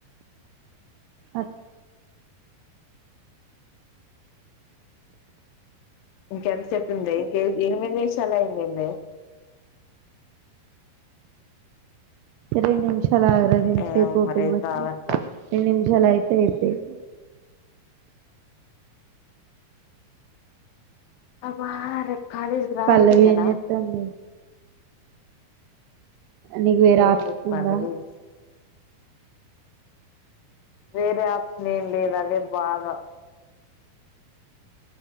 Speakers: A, on the right (about 85°); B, on the left (about 75°).
A: అా
B: ఇంకెంత సేపు ఉంది ఇంక ఎనిమిది నిమిషాలు అయిందింది
A: రెండు నిమిష రెండు నిమిషాలు అగరది ఇంత
B: ఏమో
A: సేపు ఓపిక
B: మరేం
A: పట్టినవు
B: కాదంటాంది
A: రెండు నిమిషాలు ఆగితే అయిపోయేది
B: అబ్బా రేపు కాలేజ్ కి రావాల్సందనా
A: పల్లవి ఏం చేత్తాంది నీకు వేరే
B: ఫోన్
A: ఆప్షన్
B: చూత్తాంది
A: ఉందా
B: రీల్స్ వేరే ఆప్షన్ ఏం లేదు అదే బాధ